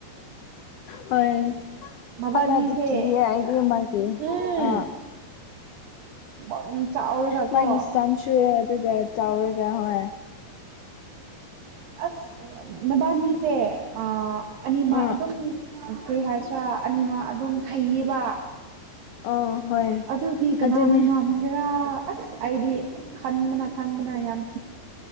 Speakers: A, on the left (about 80°); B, on the right (about 60°).
A: ꯍꯣꯏ
B: ꯃꯕꯥꯅꯤꯁꯦ
A: ꯍꯜꯂ ꯑꯗꯨꯀꯤ ꯑꯗꯨꯦ ꯃꯥꯒꯤꯦ
B: ꯎꯝ
A: ꯑ
B: ꯋꯥꯡ ꯆꯥꯎꯔꯒꯀꯣ
A: ꯃꯥꯏꯒꯤꯁꯂꯝꯁꯨ ꯑꯗꯨ ꯇꯋꯔ ꯀꯌꯥ ꯍ
B: ꯑꯁ ꯅꯕꯥꯅꯤꯁꯦ ꯑꯅꯤꯃꯛ
A: ꯑꯥ
B: ꯑꯗꯨꯝ ꯀꯔꯤ ꯍꯥꯏꯁꯤ꯭ꯔꯥ ꯑꯅꯤꯃꯛ ꯑꯗꯨꯝ ꯍꯩꯌꯦꯕ
A: ꯑꯥ ꯍꯣꯏ
B: ꯑꯗꯨꯒꯤ ꯀꯅꯥꯅ
A: ꯑꯗꯨꯅꯤ
B: ꯉꯝꯒꯦꯔꯥ ꯑꯁ ꯑꯩꯗꯤ ꯈꯟꯕꯅ ꯈꯟꯕꯅ ꯌꯥꯝ